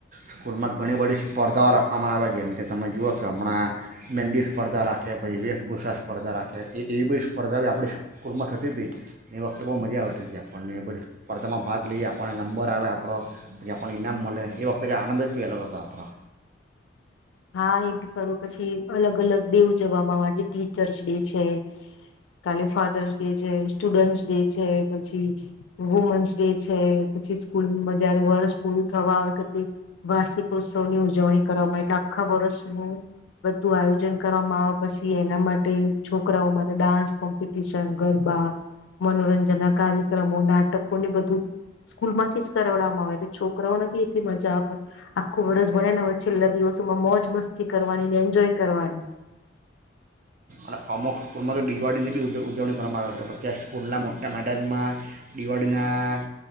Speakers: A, on the right; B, on the left.
A: સ્કૂલમાં ઘણી બધી સ્પર્ધાઓ રાખવામાં આવે જેમ કે તમે જુઓ કે હમણાં મેંદડી સ્પર્ધા રાખે પછી વેશભૂષા સ્પર્ધા રાખે એવી બધી સ્પર્ધા આપણી સ્કૂલમાં થતી હતી એ વખતે બહુ મજા આવતી હતી આપણને એ બધી સ્પર્ધામાં ભાગ લઈ આપણને નંબર આવે આપણો જે આપણને ઈનામ મળે એ વખતે ક આનંદ જ પહેલો હતો આપણો
B: હા એક કરું પછી અલગ અલગ ડે ઉજવવામાં આવે આજે ટીચર્સ ડે છે કાલે ફાધર્સ ડે છે સ્ટુડન્ટસ ડે છે પછી વુમન્સ ડે છે પછી સ્કૂલ મજાર વર્ષ પૂરું થવા આવે વાર્ષિકોત્સવ ની ઉજવણી કરવામાં એટલે ખબરસ નહી બધી તુ આયોજન કરવામાં આવે પછી એના માટે છોકરાઓમાં ડાન્સ કોમ્પિટિશન ગરબા મનોરંજન ના કાર્યક્રમો નાટકો ને બધું સ્કૂલ માંથી જ કરડવામાં આવેટલે છોકરાઓને બી એટલી મજા આવે આખું વરષ ભણે ને હોયય છેલ્લા દિવસ મોજ મસ્તી કરવાનીને એન્જોય કરવાની
A: એટ અમુક સ્કૂલમાં તો દિવાળીની બી ઉજવણી કરવામાં આવે છેતં સ્કૂલના મોટા મેદાજમાં દિવાળીના